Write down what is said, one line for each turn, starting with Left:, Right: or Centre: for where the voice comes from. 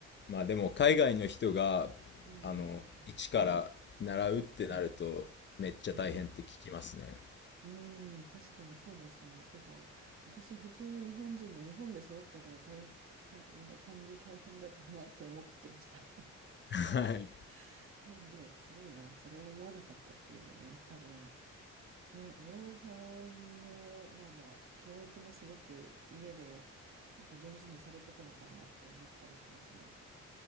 Left: まあでも海外の人があの一から習うってなるとめっちゃ大変って聞きますね。
Right: い。うんうんうん。うんうんうんうん、うん確かにそうですね。てか、私、普通の日本人で、日本で育ったけど大変、たなんか漢字大変だったなって思ってました。
Left: はい。
Right: <laughs> なんで、すごいな、それは思わなかったっていうね、多分、ね、親御さんの、まあまあ、教育もすごく家で、なんか上手にされてたのかなって思ったりしますね。